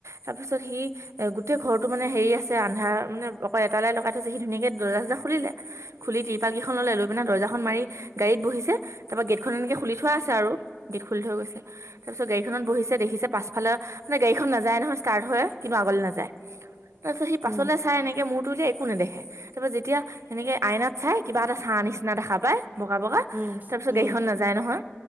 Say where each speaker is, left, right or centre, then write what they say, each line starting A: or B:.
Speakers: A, on the right; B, on the right.
A: তাৰপিছত সি এ, গোটেই ঘৰটো মানে হেৰি আছ তে আন্ধাৰ মানে অকল এটা লাইট লগাই থৈছে, সি ধুনীয়াকে দৰ্জা চৰ্জা খুলিলে খুলি তিৰপাল কেইখন ল'লে লৈ পিনে দৰ্জাখন মাৰি গাড়ীত বহিছে তাৰ পৰা গেটখন এনেকে খুলি থোৱা আছে আৰু, গেট খুলি থৈ গৈছে। তাৰপিছত গাড়ীখনত বহিছে, দেখিছে পাছফালে মে গাড়ীখন নযায় নহয়, ষ্টাৰ্ট হৈ কিবা আগলৈ নাযায়। তাৰপিছত সি
B: উম
A: পাছলৈ চাই এনেকে মূৰটোলে একো নেদেখে, তাৰপাছত যেতিয়া এনেকে আইনাত চাই কিবা এটা ছা নিচিনা দেখা পায় বগা বগা
B: উম উম
A: তাৰপিছত গাড়ীখন
B: উম
A: নাযায় নহয়।